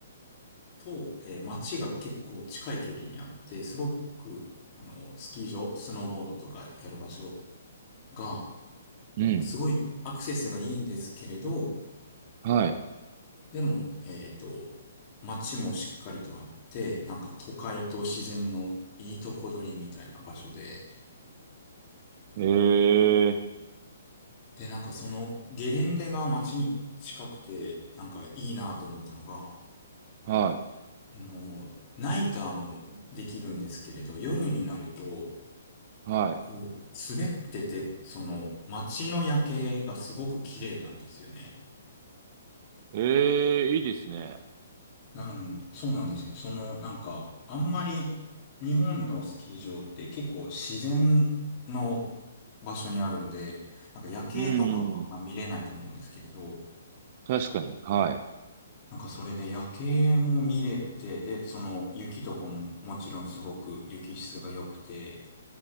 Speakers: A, on the left; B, on the right.
A: と、えー街が結構近い距離にあって、すごく、あの、スキー場、スノーボードとかやる場所が、
B: うん、
A: あの、すごいアクセスがいいんですけれど、
B: はい。
A: でも、えっと、街もしっかりとあって、なんか都会と自然のいいとこ取りみたいな場所で、
B: えー。
A: で、なんかそのゲレンデが街に近くて、なんかいいなと思ったのが、
B: は
A: あの、ナイターもできるんですけれど、夜になると、
B: い、はい。
A: こう、滑ってて、その街の夜景がすごく綺麗なんですよね。
B: ええ、いいですね。
A: なん、そうなんですよ。その、なんか、あんまり日本のスキー場って結構自然の場所にあるんで、なんか夜景とかはあんま見れないと思うんですけれど、
B: うん、確かに。はい。
A: なんかそれで夜景も見れて、で、その雪とかももちろんすごく雪質が良くて、